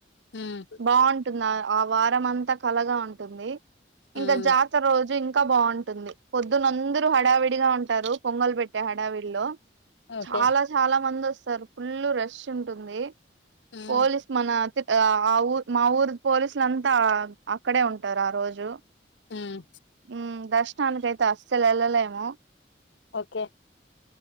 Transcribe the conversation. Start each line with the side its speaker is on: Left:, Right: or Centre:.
Left: ఉమ్,
Right: బావుంటుందా ఆ వారం అంతా కళగా ఉంటుంది. ఇంకా
Left: ఉమ్,
Right: జాతర రోజు ఇం కా బావుంటుంది. పొద్దునంతదరూ హడావిడిగా ఉంటారు, పొంగల్ పెట్టే హడావిడిలో
Left: ఓకే
Right: చాలా చాలా మందొస్ సలు ఫుల్ రష్ ఉంటుంది.
Left: ఉమ్,
Right: పోలీస్ మన తి ఆ ఆ ఊ మా ఊరు పోలీసులంతా అక్కడే ఉంటారు. ఆ రోజు
Left: ఉమ్,
Right: మ్ దర్శనానికయి అస్సలెళ్ళలేము
Left: ఓకే